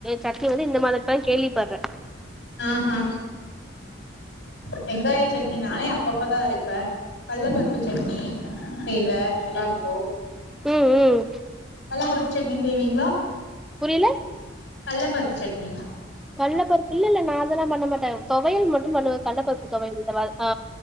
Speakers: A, in the centre; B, on the left.
A: சட்னி வந்து இந்த மாரி இப்பதா கேள்விப்பட்றே
B: ஆஹா வெங்காய சட்னி நானே அப்பப்பதா அரைப்பே கல்ல பருப்பு சட்னி செய்வே நல்லா இருக்கு
A: ம் ம்
B: கல்லா பருப்பு சட்னி செய்வீங்களா
A: புரியில
B: கல்ல பருப்பு சட்னி
A: கல்ல பருப்பு இல்ல இல்ல நா அதெல்லா பண்ண மாட்டே தொவையல் மட்டு பண்ணுவ கல்லப்பருப்பு தொவையல் இந்த மாரி ஆ